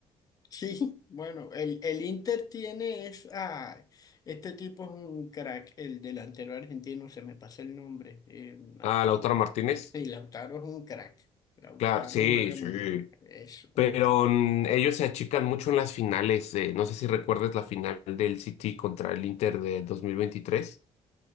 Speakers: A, on the left; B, on the left.
A: Sí, bueno, el, el Inter tiene es, ah, este tipo es un crack, el delantero argentino, se me pasa el nombre, eh, Martín.
B: Ah, Lautaro Martínez.
A: Y Lautaro es un crack. Lautaro
B: Claro, sí,
A: juega
B: sí.
A: muy bien, es un
B: Pero
A: crack.
B: mm, ellos se achican mucho en las finales. eh, no sé si recuerdas la final del City contra el Inter de 2023.